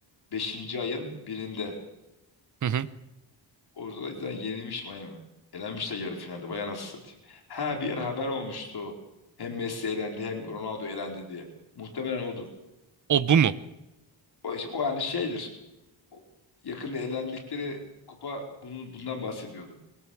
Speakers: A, on the left; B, on the right.
A: Beşinci ayın birinde.
B: Hı hı.
A: Orada da zaten yenilmiş Miami. Elenmiş de yarı finalde. Vay anasını satayım. Ha bir yer haber olmuştu. Hem Messi elendi hem Ronaldo elendi diye. Muhtemelen odur.
B: O bu mu?
A: O, işte, o yani şeydir. O yakında elendikleri kupa bunun, bundan bahsediyordu.